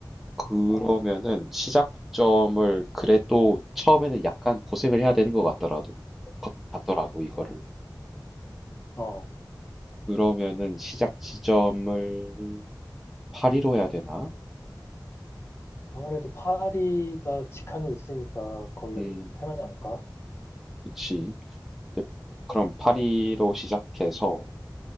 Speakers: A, in the centre; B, on the left (about 35°).
A: 그러면은
B: 어,
A: 시작점을 그래도 처음에는 약간 고생을 해야 되는 것 같더라도 같- 같더라고 이거를.
B: 응, 어.
A: 그러면은 시작 지점을 파리로 해야 되나?
B: 아무래도 파리가 직항이 있으니까 거기가
A: 음,
B: 좀 편하지 않을까?
A: 그치. 이제 그럼 파리로
B: 어,
A: 시작해서